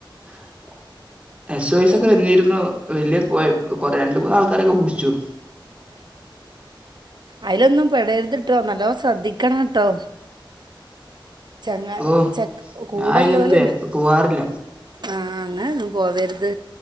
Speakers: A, on the right (about 15°); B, on the right (about 55°).
A: <unintelligible> എസ് വയസ
B: ഇത്
A: ഒക്കെ വന്നിരുന്നു വല്യ പോയപ് കൊറേ രണ്ട് മൂന്ന് ആൾക്കാരൊക്കെ പിടിച്ചു
B: അതിലൊന്നും പെടരുത്ട്ടോ നല്ലോ ശ്രദ്ധിക്കണ്ട്ടോ ചങ്ങ
A: ഓ
B: ചക് കൂടള്ള
A: ഞാൻ ഇതൊന്നും
B: പോലെന്ന
A: പോവാറില്ല
B: ആഹ അങ്ങനെ പോവരുത്